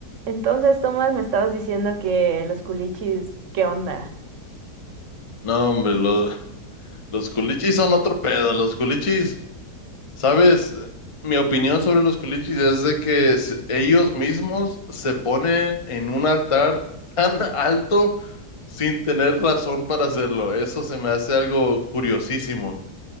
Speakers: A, on the right; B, on the left.
A: Entonces, Tomás, me estabas diciendo que los culichis, ¿qué onda?
B: No, hombre, lo- los culichis son otro pedo. Los culichis, ¿sabes? Mi opinión sobre los culichis es de que se- ellos mismos se ponen en un altar tan alto sin tener razón para hacerlo. Eso se me hace algo curiosísimo.